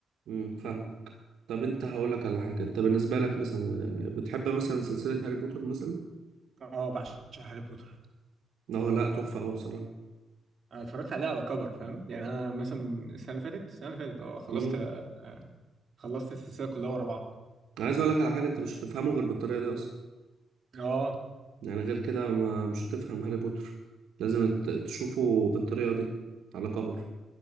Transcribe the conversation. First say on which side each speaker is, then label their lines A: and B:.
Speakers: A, on the right; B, on the right.
A: امم فاهمك طب انت هقولك على حاجه انت بالنسبه لك مثلا يعني بتحب مثلا سلسله هاري بوتر مثلا
B: اه بعشق هاري بوتر
A: اه لا تحفه قوي بصراحه
B: انا اتفرجت عليه على كبر فاهم يعني انا مثلا من السنه اللي فاتت السنه اللي فاتت اه خلصت
A: امم
B: آه، آه، خلصت السلسله كلها ورا بعض
A: انا عايز اقولك على حاجه انت مش هتفهمه غير بالطريقه دي اصلا
B: اه
A: يعني غير كده ما مش هتفهم هاري بوتر لازم ت- تشوفه بالطريقه دي على كبر